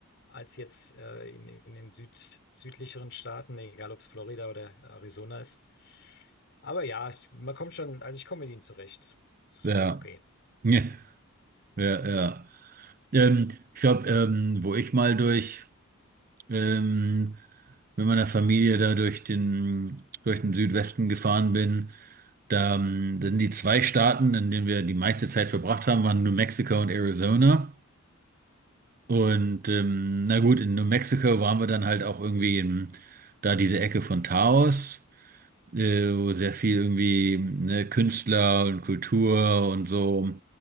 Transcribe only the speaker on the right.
Ja.
Ja, ja, ja. Ähm, ich glaube, ähm, wo ich mal durch. ähm, mit meiner Familie da durch den, durch den Südwesten gefahren bin. Da ähm, sind die zwei Staaten, in denen wir die meiste Zeit verbracht haben, waren New Mexico und Arizona. Und ähm, na gut, in New Mexico waren wir dann halt auch irgendwie in, da diese Ecke von Taos, äh, wo sehr viel irgendwie ne, Künstler und Kultur und so. Und